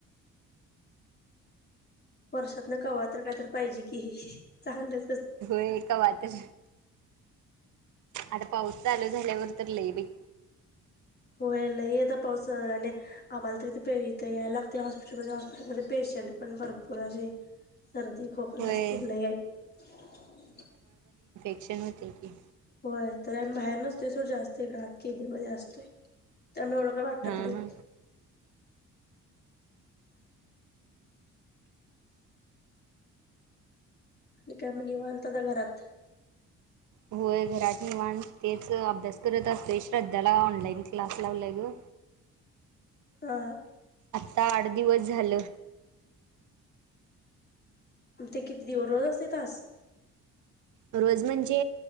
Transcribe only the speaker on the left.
वर्षात ना कवात्र काय तर पाहिजे कि चांगलं.
लय आता पाऊस आणि आम्हाला तर इथे यायला लागते हॉस्पिटलमध्ये हॉस्पिटलमध्ये पेशंट पण भरपूर अशी सर्दी खोकलाचे
तेन लई आहेत.
होय तर आ बाहेर नसतोय सोड जास्त आात केबिनमध्ये असतोय त्यामुळे एवढं काही वाटत
नाही.
आणि काय म नीवांत का घरात.
हा....
ते किती दिवस रोज असते तास.